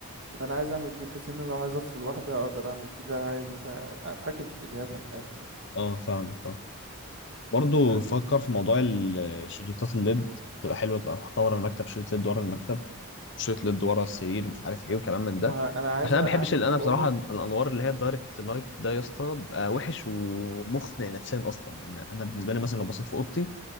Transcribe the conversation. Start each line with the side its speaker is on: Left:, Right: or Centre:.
Right: فانا عايز اعمل دي بحيث ان انا لو عايز افصل واحده اقدر اعمل كده عايز مثلا اتحكم في اتجاهاتها من الاخر يعني
Left: اه فاهمك اه برضه
Right: فاهم
Left: فكر في موضوع ال- شريطات الليد تبقى حلوه تبقى حاطها ورا المكتب شريط ليد ورا المكتب شريط ليد ورا السرير ومش عارف ايه وكلام من ده
Right: ما انا عايز
Left: عشان
Right: اعمل
Left: انا ما بحبش اللي
Right: الاوضه
Left: انا بصراحه الانوار اللي هي الدايركت لايت ده يا اسطى بيبقى وحش ومخنق نفسيا اصلا يعني انا بالنسبه لي مثلا لو بصيت في اوضتي